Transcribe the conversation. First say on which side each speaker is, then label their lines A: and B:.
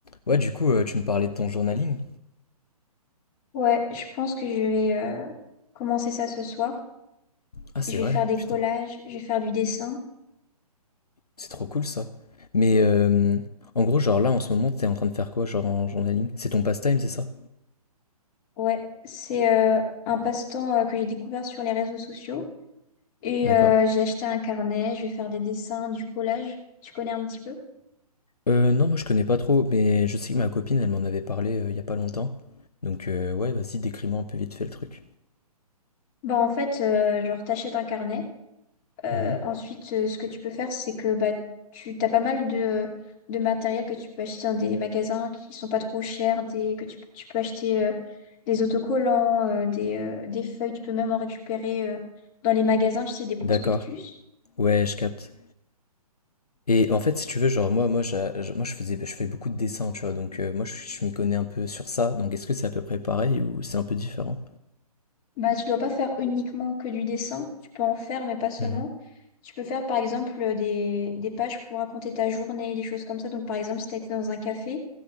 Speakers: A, on the left; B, on the left.
A: Ouais, du coup, euh, tu me parlais de ton journaling.
B: Ouais, je pense que je vais euh, commencer ça ce soir.
A: Ah, c'est
B: Je vais
A: vrai,
B: faire des
A: putain,
B: collages, je vais faire du dessin.
A: c'est trop cool ça. Mais euh, en gros, genre là, en ce moment, t'es en train de faire quoi, genre en journaling? C'est ton pastime, c'est ça?
B: Ouais, c'est euh, un passe-temps euh, que j'ai découvert sur les réseaux sociaux. Et
A: D'accord.
B: euh, j'ai acheté un carnet, je vais faire des dessins, du collage. Tu connais un petit peu?
A: Euh, non, moi je connais pas trop, mais je sais que ma copine, elle m'en avait parlé euh, il y a pas longtemps. Donc, euh, ouais, vas-y, décris-moi un peu vite fait le truc.
B: Bah en fait, euh, genre t'achètes un carnet. Euh,
A: Mhm.
B: ensuite, euh, ce que tu peux faire, c'est que bah, tu as pas mal de, de matériel que tu peux acheter dans des magasins qui sont pas trop chers, des, que tu, tu peux acheter euh, des autocollants, euh, des, euh, des feuilles, tu peux même en récupérer euh, dans les magasins, tu sais, des prospectus.
A: D'accord. Ouais, je capte. Et en fait, si tu veux, genre, moi, moi, j'a- je, moi je faisais, je fais beaucoup de dessins, tu vois, donc euh, moi je, je m'y connais un peu sur ça. Donc, est-ce que c'est à peu près pareil ou c'est un peu différent?
B: Bah, tu dois pas faire uniquement que du dessin, tu peux en faire, mais pas seulement.
A: Mhm.
B: Tu peux faire par exemple euh, des, des pages pour raconter ta journée, des choses comme ça. Donc par exemple, si tu as été dans un café,